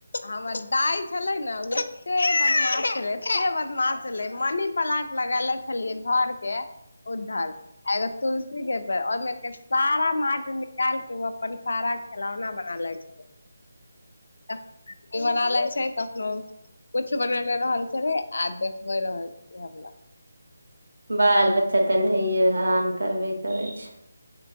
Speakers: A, on the left (about 70°); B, on the right (about 75°).
A: हमर दइ छलै ने एते बदमाश छलै एते बदमाश छलै मनी प्लांट लगले छलिए घर के उधर एगो तुलसी के पेड़ ओहिमे के सारा माटि निकाल के वो अपन सारा खेलौना बना लेय छै आ बना लेय छै कखनो कुछ बनेने रहल छलै आ देखबे रहल छै हमरा
B: बाल बच्चा त एनाहिए हेरान करबे करै छै